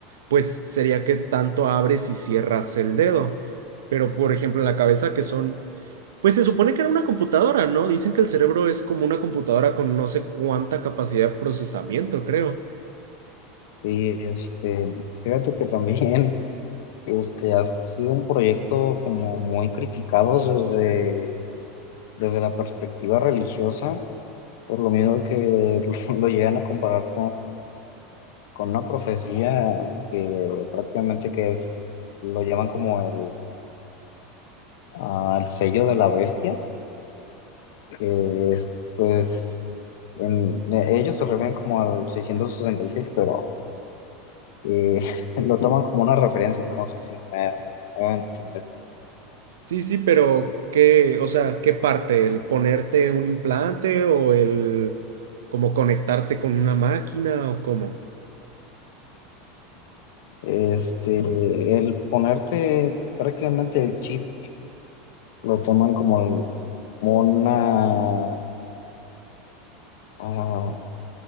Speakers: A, on the right; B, on the left.
A: pues sería que tanto abres y cierras el dedo. Pero por ejemplo en la cabeza que son, pues se supone que era una computadora, ¿no? Dicen que el cerebro es como una computadora con no sé cuánta capacidad de procesamiento, creo.
B: Y este, fíjate que también este, ha sido un proyecto como muy criticado desde, desde la perspectiva religiosa, por lo mismo que <laughs> lo, llegan a comparar con una profecía que prácticamente que es, lo llaman como el, ah, el sello de la bestia, que es pues, en- e, ellos se refieren como al seiscientos sesenta y seis pero eh, <laughs> lo toman como una referencia, no sé si me voy a entender.
A: Sí, sí, pero ¿qué, o sea, qué parte? ¿El ponerte un implante o el como conectarte con una máquina o cómo?
B: Este, el ponerte prácticamente el chip, lo toman como, el- como una, ah,